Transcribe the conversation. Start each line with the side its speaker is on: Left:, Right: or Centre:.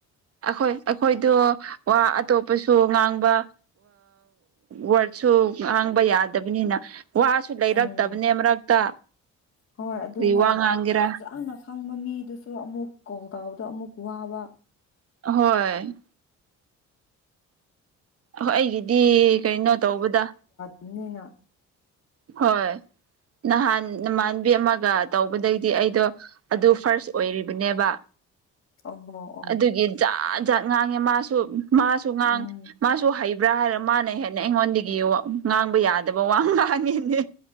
Right: ꯑꯩꯈꯣꯏ ꯑꯩꯈꯣꯏꯗꯣ ꯋꯥ ꯑꯇꯣꯞꯄꯁꯨ ꯉꯥꯡꯕ ꯋꯥꯔꯗꯁꯨ ꯉꯥꯡꯕ ꯌꯥꯗꯕꯅꯤꯅ ꯋꯥꯁꯨ ꯂꯩꯔꯛꯇꯕꯅꯦ
Left: ꯎꯝ
Right: ꯃꯔꯛꯇ
Left: ꯍꯣꯏ ꯑꯗꯨꯅꯦ
Right: ꯀꯔꯤ ꯋꯥ ꯉꯥꯡꯒꯦꯔꯥ
Left: ꯑꯣꯖꯥꯅ ꯈꯪꯕ ꯃꯤꯗꯨꯁꯨ ꯑꯃꯨꯛ ꯀꯧꯗꯕꯗ ꯑꯃꯨꯛ ꯋꯥꯕ
Right: ꯍꯣꯏ ꯑꯣ ꯑꯩꯒꯤꯗꯤ ꯀꯩꯅꯣ ꯇꯧꯕꯗ
Left: ꯅꯤꯅ
Right: ꯍꯣꯏ ꯅꯍꯥꯟ ꯅꯃꯥꯟꯕꯤ ꯑꯃꯒ ꯇꯧꯕꯗꯩꯗꯤ ꯑꯩꯗꯣ ꯑꯗꯨ ꯐꯥꯔꯁ ꯑꯣꯏꯔꯤꯕꯅꯦꯕ
Left: ꯑꯣ ꯑꯣ
Right: ꯑꯗꯨꯒꯤ ꯖꯥꯠ ꯖꯥꯠ ꯉꯥꯡꯉꯦ ꯃꯥꯁꯨ ꯃꯥꯁꯨ ꯉꯥꯡ
Left: ꯎꯝ
Right: ꯃꯥꯁꯨ ꯍꯩ ꯕ꯭ꯔꯥ ꯍꯥꯏꯔ ꯃꯥꯅ ꯍꯦꯟꯅ ꯑꯩꯉꯣꯟꯗꯒꯤ ꯉꯥꯡꯕ ꯌꯥꯗꯕ ꯋꯥ ꯉꯥꯡꯉꯦꯅꯦ